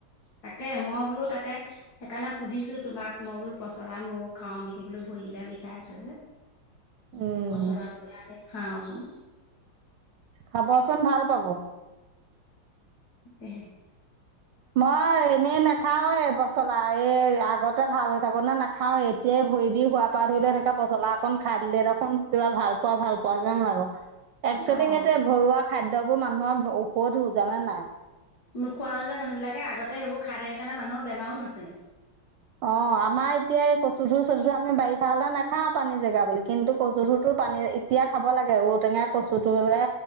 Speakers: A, on the left; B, on the right.
A: তাকে মই বোলো তাকে সেইকাৰণে সুধিছো তোমাক মই বোলো পচলাই ময় খাওঁ নেকি বো ভ কৰা বি খাই আছ যে
B: উম,
A: ল পচলা োকে আনি খাওচোন
B: খাবচোন ভাল পাব
A: াক
B: মই এনেই নাখাওৱে বচলা এই আগতে ভাল হৈ থাকো নে নাখাও এতিয়াই ভৰিবিখ হোৱা পা ধৰিলে এনেকে পচলা অকন খাই দিলে দেখোন খোন কিবা ভাল পোৱা ভাল পোৱা যেন লাগো একচোৱেলি
A: অ',
B: সেইটো ঘৰুৱা খাদোবোৰ মানুহৰ ঔষধ শো জানে নাই
A: নোখোৱা হল যে মানুহবিলাকে আগতে সেইবোৰ খাই থাকে কাৰণে মানুহৰ বেমাৰো নাছিলে <inaudible>
B: অ আমাৰ এতিয়া ক চুধুৰ চধুৰু আমি বাৰিষা হ'লে নাখা পানী জেগা বুলি কিন্তু কচু ধুৰতো পানী এতিয়া খাব লাগে ঔ টেঙা কচুটোয়ে